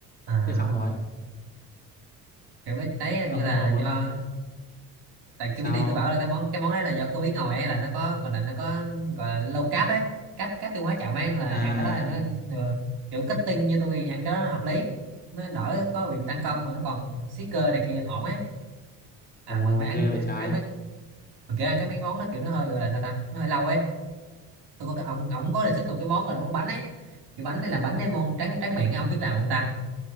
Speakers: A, on the right; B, on the left.
A: à
B: thế xong rồi
A: kiểu cái đấy hình
B: ông
A: như là
B: ông còn
A: do
B: muốn
A: tại
B: sao
A: cái PT tôi
B: không
A: bảo là cái món cái món đấy là do có bí ngòi ấy là nó có gọi là nó có gọi là low carb ấy cáp cáp tiêu hóa chậm ấy nên là
B: à
A: ăn cái đó là nó ừ, kiểu kết tinh như tôi thì ăn cái đó nó hợp lý nó đỡ có bị tăng cân
B: ừ.
A: mà nó còn siết cơ này kia ổn ấy à
B: ồ
A: mà mày ăn
B: ghê vậy
A: ăn,
B: trái
A: ăn mấy mà kiểu ăn cái mấy món đó kiểu nó hơi gọi là sao ta nó hơi lâu ấy tôi có cái ông ông có đề xuất một cái món gọi là món bánh ấy cái bánh này làm bánh này món trắng trắng miệng á, ông biết làm không ta